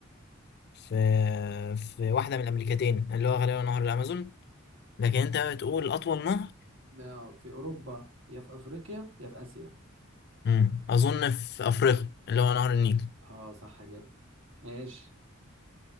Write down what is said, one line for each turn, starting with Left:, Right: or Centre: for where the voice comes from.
Left: في في واحده من الامريكتين اللي هو غالبا نهر الامازون لكن انت بتقول اطول نهر
Right: ما في اوروبا يا في افريقيا يا في اسيا
Left: مم. اظن في افريقيا اللي هو نهر النيل
Right: اه صح كده ماشي